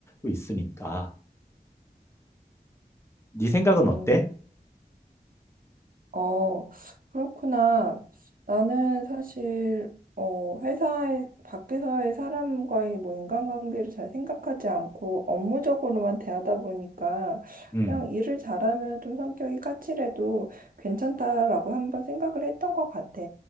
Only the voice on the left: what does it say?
있으니까. 네 생각은
어때?
음.